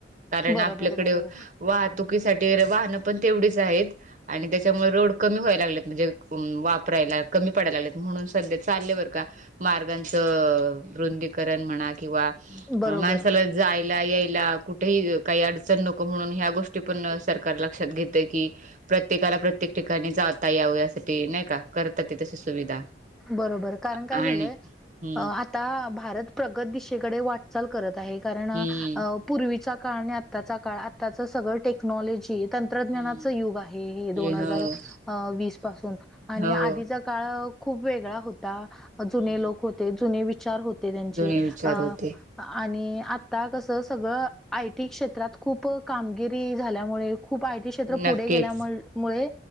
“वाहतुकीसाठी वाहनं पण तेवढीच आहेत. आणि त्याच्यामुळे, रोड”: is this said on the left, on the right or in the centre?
Right